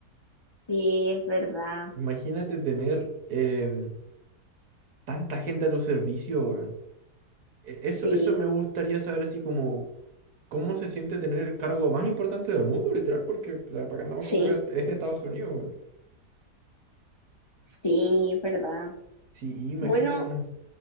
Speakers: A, on the left (about 30°); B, on the right (about 65°).
A: sí, es verdad.
B: Imagínate tener em, tanta gente a tu servicio, weón. E- Eso,
A: Sí,
B: eso me gustaría saber así como cómo se siente tener el cargo más importante del mundo, literal, porque para qué andamos
A: sí,
B: con weas, <laughs> es Estados Unidos, weón.
A: sí, es verdad.
B: Sí, imagínate.
A: Bueno,